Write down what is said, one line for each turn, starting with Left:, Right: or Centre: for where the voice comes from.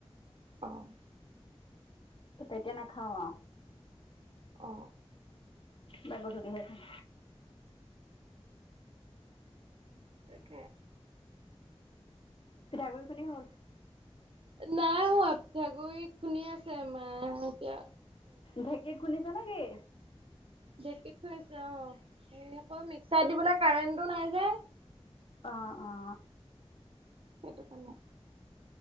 Right: অ'।
Left: তো তেতিয়া নাখাওঁ আও।
Right: অ।
Left: গা গধূলি হে ধুম।
Right: এনেকে।
Left: পিঠা গুৰি খুন্দি হ'ল।
Right: নাই হোৱা পিঠা গুৰি খুন্দি আছে আমাৰ এতিয়া।
Left: ঢেকীত খুন্দিছে নে কি।
Right: ঢেঁকীটো আছে অ। এই অকল মিক্সাত দিবলে কাৰেণ্টটো নাই যে।
Left: আহ অ।
Right: সেইটো কাৰণে।